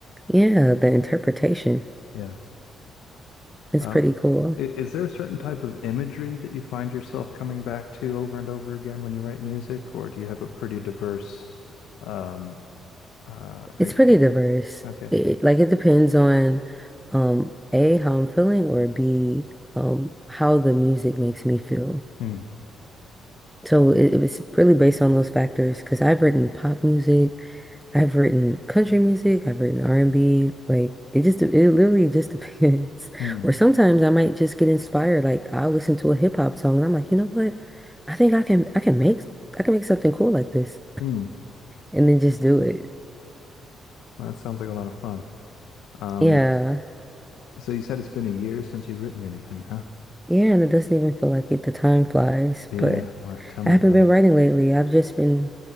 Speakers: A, in the centre; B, on the left.
A: Yeah, the interpretation
B: Yeah.
A: is
B: Uh,
A: pretty cool.
B: i- is there a certain type of imagery that you find yourself coming back to over and over again when you write music, or do you have a pretty diverse, um, uh, I,
A: It's pretty
B: I,
A: diverse.
B: okay.
A: It, like it depends on um A, how I'm feeling or B, um, how the music makes me feel.
B: Hmm.
A: So it, it was really based on those factors because I've written pop music, I've written country music, I've written R&B. Like it just, it literally just <laughs> depends.
B: Hmm.
A: Or sometimes I might just get inspired. Like I'll listen to a hip hop song and I'm like, you know what? I think I can, I can make, I can make something cool like this,
B: Hmm.
A: and then just do it.
B: Well, that sounds like a lot of fun. Um,
A: Yeah,
B: so you said it's been a year since you've written anything, huh?
A: yeah. And it doesn't even feel like it. The time flies.
B: Yeah.
A: But
B: Well, tell
A: I
B: me
A: haven't
B: about
A: been
B: it.
A: writing lately. I've just been